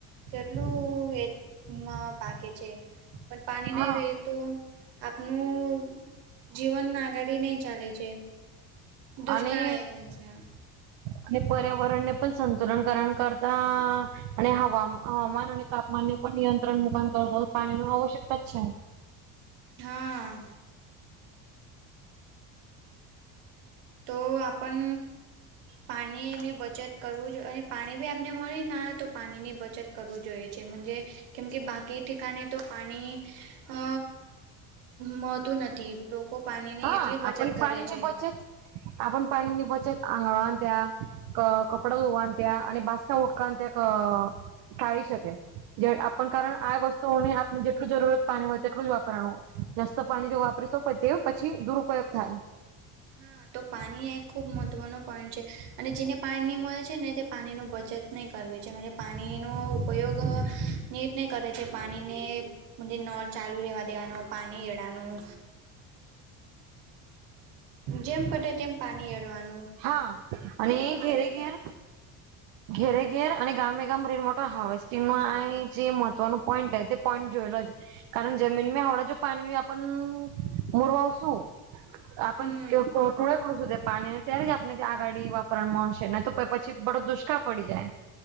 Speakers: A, on the right (about 85°); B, on the right (about 60°).
A: કેટલું એમાં પાકે છે પણ પાણી
B: હા
A: નહી રહી તો આપનું જીવન આગાળ નહીં ચાલે છે દુષ્કાળ
B: અને
A: આવી જાય
B: અને પર્યાવરણ ને પણ સંતુલન કરણ કરતા અને હવા હવામાન અને તાપમાન ને પણ નિયંત્રણ મુકામ કર પાણી ન આવશ્યકતા જ છે
A: છે હા તો આપણ પાણીની બચત કરવું જોઈએ અને પાણી બી આપને મળી ના તો પાણીની બચત કરવું જોઈએ છેજ કેમ કે બાકી િકાણે તો પાણી અ મળતું નથી લોકો પાણીની
B: હા
A: એટલી બચત
B: આપણ
A: કરે
B: પાણી ની
A: છે.
B: બચત આપ પાણી ની બચત આંગળવાન ત્યા કપડા ધોવાન ત્યા અને બા ઉટક ત્યા ટાળી શકે જે આપણ કારણ આ વસ્તુઓને આપણે જેટલું જરૂરત પાણી હોય તેટલું જ વાપરાવાનું હોય જસ્ત પાણી જો વાપરી તો તે પછી દુરુપયોગ થાય
A: હા તો પાણી એક ખૂબ મહત્ત્વનો પોઈન્ટ છે અને જેને પાણીની મળે છે ને તે પાણીની બચત નહીં કરવે છે પાણીનો ઉપયોગ નીટ નહીં કરે છે પાણીને નળ ચાલુ રેવા દેવાનો પાણી ગેળનુંજ જેમ પટે તેમ પાણી એડવાનું
B: હા અને ઘેરે ઘેર ઘેરે ઘેર અને ગામે ગામ રેન વોટર હાવસ્ટિંગ ન આ જે મહત્વનું પોઈન્ટ તે પોઈન્ટ જોયેલો જ કારણ જમનમાં જો પાનવી આપ મુરવાવશું આપ
A: હમ
B: ટોળે કશું તે પાણીને ત્યારે જ આપને આગાડી વાપરણ માં હશે ને તો પછી બડો દુષ્કાળ પડી જાય